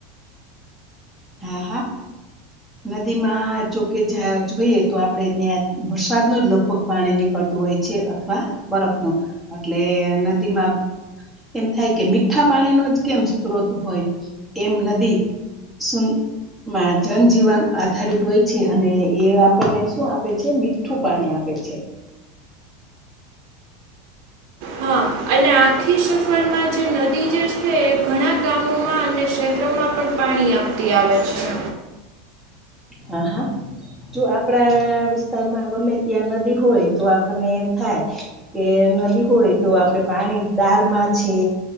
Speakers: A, in the centre; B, on the right.
A: હા હા. નદીમાં જોકે જયાં જોઈએ તો આપડે ત્યાં વરસાદ ન જ લગભગ પાણી નીકળતું હોય છે અથવા બરફનું એટલે નદીમાં એમ થાય કે મીઠાં પાણીનો જ કેમ સ્ત્રોત હોય એમ નદી શું? માં જનજીવન આધારિત હોય છે અને એ આપન ને શું આપે છે મી મીઠું પાણી આપે છે.
B: હા અને આખી સફરમાં જે નદી જે છે એ ઘણાં ગામોમાં અને શહેરોમાં પણ પાણી આપતી આવે છે.
A: હા હા. જો આપડા વિસ્તારમાં ગમે ત્યાં નદી હોય તો આપન ને એમ થાય. કે નદી હોય તો આપડે પાણી દારમાં છે.